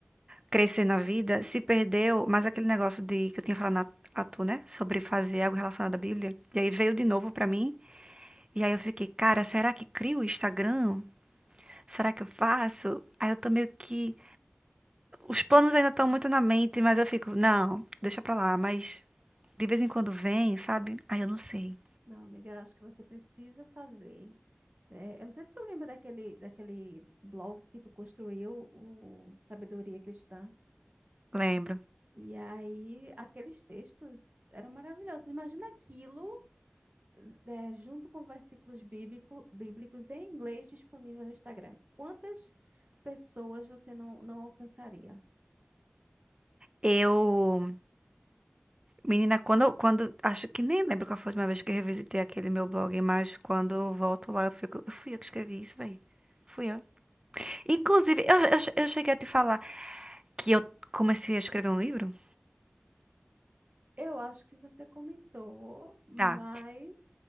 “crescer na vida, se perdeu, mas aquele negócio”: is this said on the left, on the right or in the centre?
Right